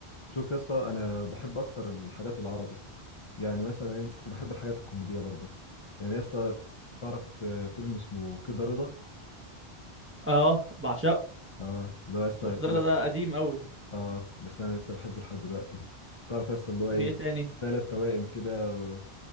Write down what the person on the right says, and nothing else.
اه بعشقه
كدرادة
ده قديم قوي
في ايه تاني